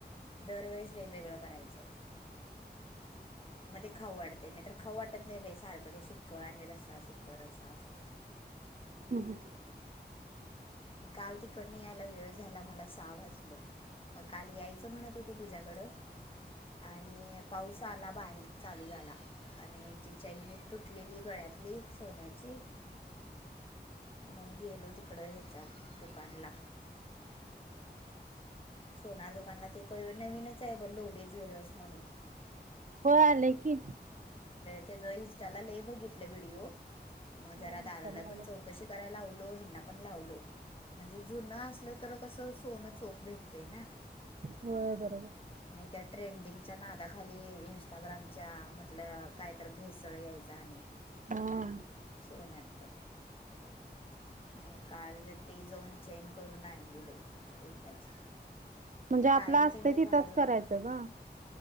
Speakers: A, on the left; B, on the right.
A: दरवेळेस वेगवेगळं करायचं. मध्ये ते खाऊ वाटते नाही तर खाऊ वाटत नाही बाई सारखं ते सुकं आणि रस्सा सुख रसा असं
B: हम् ह
A: काल तिकडन यायला वेळ झाला मला सहा वाजलं. मग काल यायचं म्हणत होतो तुझ्याकडं आणि पाऊस आला बारीक चालू झाला. आणि ह्यांची चैन एक तुटलेली गळ्यातली सोन्याची मग गेलो तिकडं ह्याच्या दुकानला सोनार दुकानला ते नवीनच आहे लवले ज्वेलर्स म्हणून
B: हो आलेय की
A: त्याज इस्टांला बघितलं व्हिडिओ मग
B: होय
A: जरा
B: इंस्टाला
A: दादाला
B: आलंय.
A: पण चौकशी करायला लावलो ह्यांना पण लावलो म्हणजे जुन असलं तर कस सोनं चोख भेटते ना.
B: होय बरोबर.
A: नाही त्या ट्रेंडिंगच्या नादाखाली इंस्टाग्रामच्या मदल्या काय तर भेसळ याय जाणे
B: हा
A: सोन्यात पण मग काल ती जाऊन चैन करून आणली बाई एकदाची.
B: म्हणजे
A: ते
B: आपलं
A: कायम
B: असत
A: त्यांनी
B: तिथंच
A: घालून
B: करायचं ग.